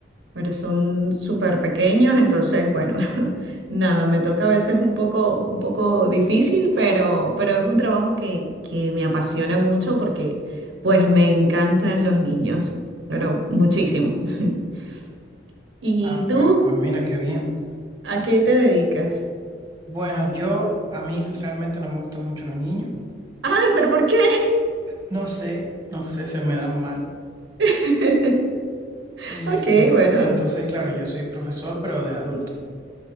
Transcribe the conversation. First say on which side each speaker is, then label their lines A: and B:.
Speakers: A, on the right; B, on the right.
A: pero son súper pequeños, entonces, bueno, <laughs> nada, me toca a veces un poco, un poco difícil, pero, pero es un trabajo que, que me apasiona mucho porque pues me encantan los niños, pero muchísimo. <laughs> ¿Y
B: Ah, pues,
A: tú
B: pues mira, qué bien.
A: a qué te dedicas?
B: Bueno, yo, a mí realmente no me gustan mucho los niños.
A: Ay, pero ¿por qué?
B: No sé, no sé, se me dan mal.
A: <laughs>
B: Y
A: Ok, bueno,
B: entonces, claro, yo soy profesor, pero de adulto.